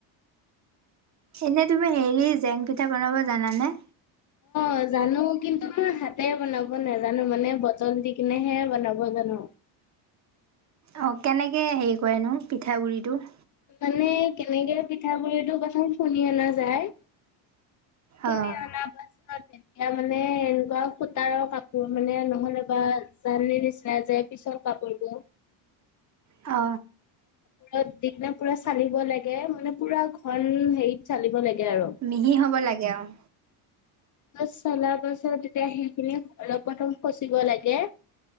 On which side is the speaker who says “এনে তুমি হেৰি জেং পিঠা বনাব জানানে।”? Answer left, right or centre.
Right